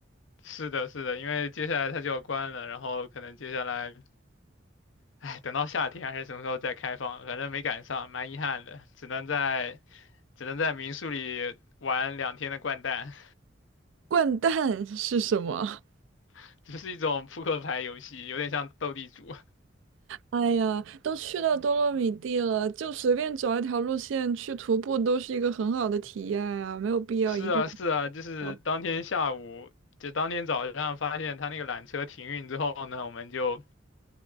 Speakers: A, on the left; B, on the right.
A: 是的，是的，因为接下来它就要关了，然后可能接下来。哎，等到夏天还是什么时候再开放，反正没赶上，蛮遗憾的，只能在只能在民宿里玩两天的掼蛋，
B: 掼蛋是什么？
A: <laughs> 就是一种扑克牌游戏，有点像斗地主。
B: 哎呀，都去到多洛米蒂了，就随便找一条路线去徒步，都是一个很好的体验啊，没有必要一定要
A: <laughs> 是啊，是啊，就是当天下午，
B: 跑。
A: 就当天早上发现他那个缆车停运之后呢，我们就